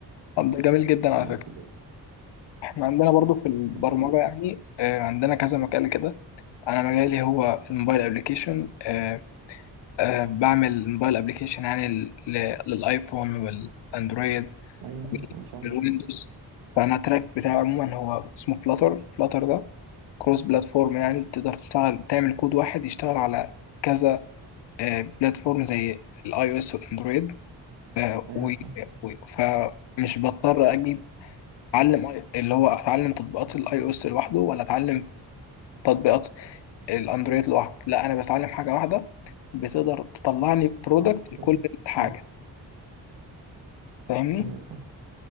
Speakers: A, on the left; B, on the right.
A: طب ده جميل جدا على
B: يعني
A: فكره
B: كده
A: احنا عندنا برضو في البرمجه
B: بس زي
A: يعني آه، عندنا كذا مجال كده انا مجالي هو الموبايل ابلكيشن آه، آه، بعمل موبايل ابلكيشن يعني ل- ل- للايفون والاندرويد
B: أيوه أنا تمام فاهمك
A: والويندوز
B: أه
A: فانا التراك بتاعي عموما هو اسمه فلاتر فلاتر ده كروس بلاتفورم يعني تقدر تشتغل تعمل كود واحد يشتغل على كذا بلاتفورم زي الاي او اس والاندرويد
B: أيوه
A: و...
B: فاهم
A: و... فمش بضطر اجيب اتعلم آي- اللي هو اتعلم تطبيقات الاي او اس لوحده ولا اتعلم تطبيقات الاندرويد لوحده لا انا بتعلم حاجه واحده بتقدر تطلع لي برودكت
B: وبت
A: لكل
B: آه،
A: حاجه
B: أه،
A: فاهمني
B: أيوه فاهم